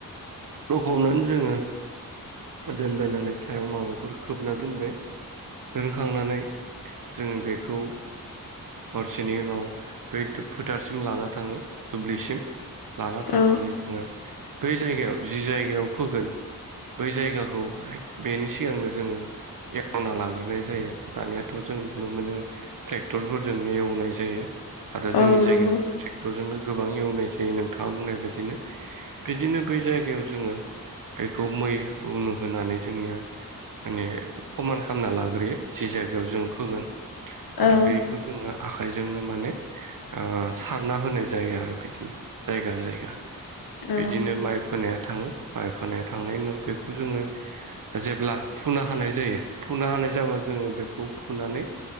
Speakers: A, on the right; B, on the left.
A: लखबनानै जोङो दोनबाय नालाय सायाव माबाफोर खोबना दोनबाय दोनखांनानै जोङो बेखौ हरसेनि उनाव बै फोथारसिम लाना थाङो दुब्लिसिम लाना थांनानै
B: औ
A: जोङो बै जायगायाव जि जायगायाव फोगोन बै जायगाखौ बेनि सिगांनो जोङो हेवना लाग्रोनाय जायो दानियाथ' जों नुनो मोनो ट्रेक्टरफोरजोंनो एवनाय जायो आरो जोंनि
B: औ
A: जायगायावबो
B: नंगौ
A: ट्रेक्टरजोंनो गोबां एवनाय जायो नोंथाङा बुंनाय बायदिनो बिदिनो बै जायगायाव जोङो बेखौ मै उनु होनानै जोंनिया माने खमान खालामना लाग्रोयो जि जायगायाव जों फोगोन आरो
B: औ
A: बे बेखौ जोङो आखाइजोंनो माने ओ सारना होनाय जायो आरो बिदिनो जायगा जायगा बिदिनो
B: औ
A: माइ फोनाया थाङो माइ <unintelligible> थांनायनि उनाव बेखौ जोङो जेब्ला फुनो हानाय जायो फुनो हानाय जाबा जोङो बेखौ फुनानै